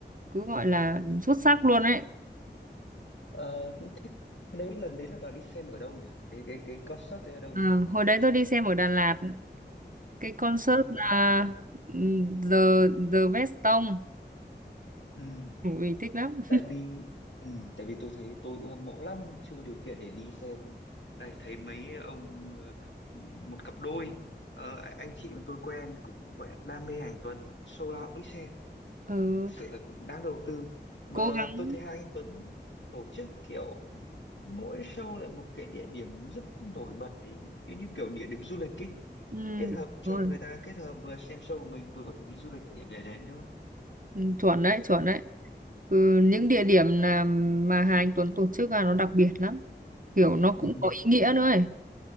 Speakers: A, on the right; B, on the left.
A: cứ gọi là xuất sắc luôn ấy
B: ờ, cũng thích cái đấy lần đấy là bà đi xem ở đâu nhỉ cái cái cái concert đấy ở đâu
A: à,
B: nhỉ
A: hồi đấy tôi đi xem ở Đà Lạt cái concert
B: à
A: là ừm, The The Veston
B: ừ.
A: ui thích lắm
B: tại vì ừ, tại vì tôi thấy tôi cũng hâm mộ lắm nhưng chưa có điều kiện để đi xem đây thấy mấy ông ờ, một cặp đôi ờ, anh chị mà tôi quen cũng vẻ đam mê anh Tuấn show nào cũng đi xem
A: ừ,
B: thực sự là cũng đáng đầu tư mà
A: cố gắng
B: tôi thấy hai anh Tuấn tổ chức kiểu mỗi show lại một cái địa điểm rất nổi bật ý, kiểu như kiểu địa điểm du lịch ý
A: ừ,
B: kết hợp cho
A: đúng rồi.
B: người ta kết hợp vừa xem show của mình vừa có thể đi du lịch tại điểm để đến đúng không?
A: Ừ, chuẩn đấy chuẩn đấy ừ, những địa điểm là mà Hà Anh Tuấn tổ chức là nó đặc biệt lắm kiểu nó cũng
B: Ừ.
A: có ý nghĩa nữa ấy